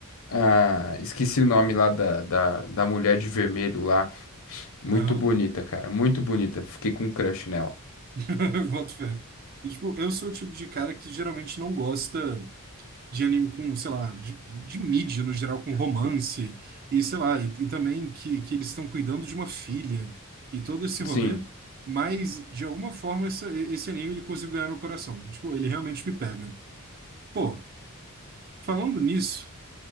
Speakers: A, on the left (about 65°); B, on the right (about 45°).
A: a, esqueci o nome lá da, da, da mulher de vermelho lá. Muito
B: Aham.
A: bonita, cara, muito bonita. Fiquei com um crush nela.
B: <laughs> Boto fé. E, tipo, eu sou o tipo de cara que geralmente não gosta. de anime com, sei lá, de, de mídia no geral, com romance, e sei lá, e, e também que, que eles estão cuidando de uma filha e todo esse rolê,
A: Sim,
B: mas de alguma forma essa- e- esse anime ele conseguiu ganhar meu coração. Tipo, ele realmente me pega. Pô, falando nisso,